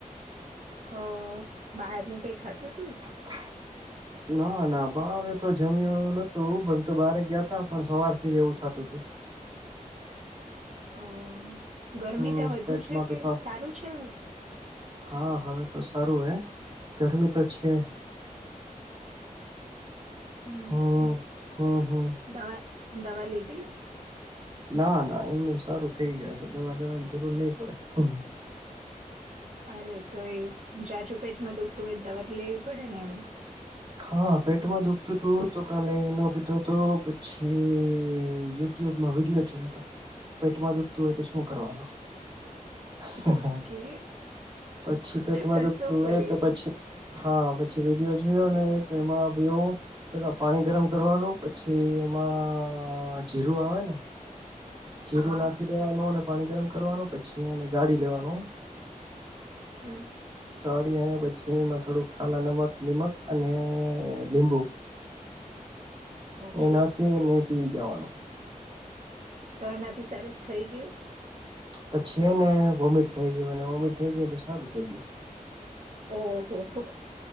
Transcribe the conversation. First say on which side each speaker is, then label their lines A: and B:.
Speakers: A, on the right (about 55°); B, on the right (about 35°).
A: અ બહારનું કઈ ખાધું તું
B: <inaudible> ના ના બારે તો જમ્યું નતું પણ તો બારે ગયા તા પણ સવાર થી જ એવું થતુંતું
A: અ ગરમી
B: હમ
A: ત્યાં વધુ
B: પેટમાં
A: છે કે
B: દુખાવ
A: સારું છે હવે
B: હા હવે તો સારું હે ગરમી તો છે
A: હમ
B: હા હા હા
A: દવા દવા લઘી
B: ના ના એમનેમ સારું થઇ જાશે દવા દેવાની જરૂર નહી પડે <unintelligible>
A: અરે તોએ જાજુ પેટમાં દુખતું હોય દવાતો લેવી પડે ને એમ
B: હા પેટમાં દુખતું હતું તો કાલે ઈનો પીધો હતો પછી યુટુબમાં વિડીયો જોયો તો પેટવા દુખતું હોય તો શું કરવાનું <unintelligible>
A: ઓકે
B: પછી પેટમાં
A: તો
B: દુખતું
A: શું
B: હોય
A: કર્યું
B: તો પછી હા, પછી વિડીયો જોયો ને તો એમાં બેવ પેલા પાણી ગરમ કરવાનું પછી એમાં જીરું આવે ને જીરું
A: હા
B: નાખી દેવાનું અને પાણી ગરમ કરવાનું પછી એને ગાળી લેવાનું
A: હમ્મ
B: કળી અને પછી એમાં થોડુંક ખાલા નમક નિમક અને <unintelligible> લીબુ
A: ઓકે
B: એ નાખીને પી જવાનું
A: તો એનાથી સારું થઈ ગયું
B: પછી એને વોમિટ થઈ ગયું અને વોમિટ થઈ ગય તો સારું થઈ ગયું
A: ઓહો હો